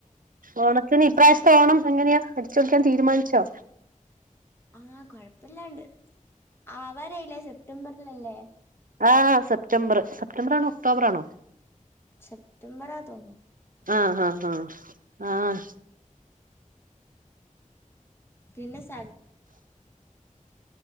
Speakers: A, on the right; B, on the left.
A: ഓണത്തിനെ ഇപ്രാവ്ശത്തെ ഓണം എങ്ങനെയാ അടിച്ച് പൊളിക്കാൻ തീരുമാനിച്ചോ?
B: ആഹ് കൊഴപ്പല്ലാണ്ട് ആവാരായിലെ സെപ്റ്റംബറിലല്ലേ?
A: ആഹ് സെപ്റ്റംബർ സെപ്റ്റംബറാണോ, ഒക്ടോബറാണോ?
B: സെപറ്റംബറാ തോന്നൂ
A: ആഹ് ആഹ് ആഹ് ആഹ്
B: പിന്നെ സ്